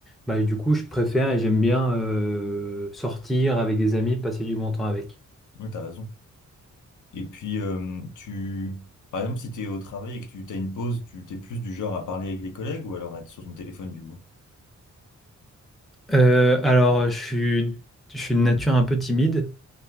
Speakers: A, in the centre; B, on the left (about 80°).
A: bah, du coup, je préfère et j'aime bien euh, sortir avec des amis, passer du bon temps avec.
B: Ouais, t'as raison. Et puis, euh, tu, par exemple, si t'es au travail et que tu t'as une pause, tu t'es plus du genre à parler avec les collègues ou alors à être sur ton téléphone du coup?
A: Euh, alors, je suis, je suis de nature un peu timide,